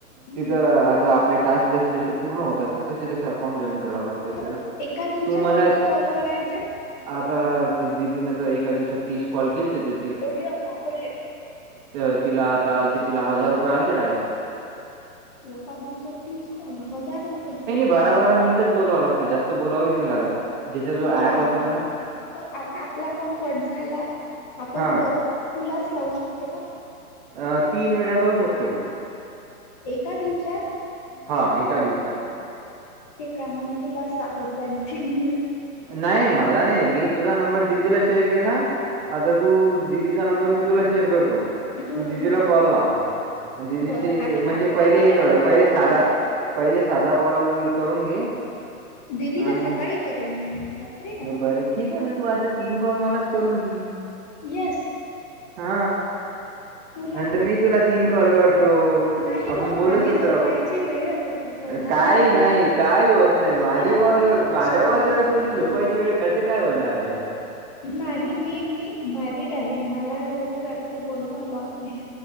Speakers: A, on the left (about 25°); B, on the right (about 35°).
A: हम्म.
B: तिथं आता आपले टस्क जसे जसे पूर्ण होतात ना, तसे तसे अकाउं जॉन कराव लातं.
A: तर
B: तेला,
A: एका दिवसात
B: तु मला
A: किती कॉल करायचे
B: आता दिदीन तर एका दिवसात तीस कॉल केले ते
A: आरे बापरे... !
B: तर तिला आता आलते तिला हजार रुपये आलते डायरेक्ट.
A: एका दिवसात तीस कॉल हजार रुपये.
B: बारा-बारा मिनटच बोलावं लागते, जास्त बोलाव नाही लागत. ज्याच्याजवळ
A: मग
B: ॲप
A: आत,
B: असला ना
A: आता आपला फोन कट झाला आपण
B: हां.
A: परत तुलाच लावू शकतो का
B: अ तीन वेळा लावू शकतो तू.
A: एका दिवसात.
B: हा एका दिवसात.
A: ठीक आहे. मग मी तुलाच लावत जाईन ती.
B: नाही, मला नाही, मी तुझा नंबर दिदीला शेअर केला. आता तू दिदीचा नंबर मी तुला शेअर करतो.
A: हं.
B: तू दिदीला कॉल लाव, दिदीशी
A: बरं आता
B: म्हणजे
A: रात्री
B: पहिले
A: नाही लावणार
B: अ पहिले
A: ना
B: साधा
A: मी
B: पहिले साधा कॉल करून घे
A: दिदीला
B: आणि
A: सकाळी करेन मी. रात्री
B: बरं ठीक आहे ना, तू आता तीन कॉल मलाच करून घे.
A: येस.
B: हा.
A: तुला
B: नंतर मी तुला तीन कॉल करतो,
A: नाही मग
B: आपण बोलतच
A: माझी झोपायची
B: राहू.
A: वेळ होते एवढा
B: काही
A: वेळ मी
B: नाही, काही होत
A: एवढा
B: नाही, माझे
A: मी रात्री
B: कॉल
A: कोणाशी
B: माझ्या
A: बोलू
B: कॉलच्या वेळेस
A: शकत
B: तुझी झोपायची
A: नाही
B: वेळ कसे काय होणार आहे.
A: नाही मी-मी मॅरिड आहे. मला एवढं रात्री बोलणं अलाव नाही.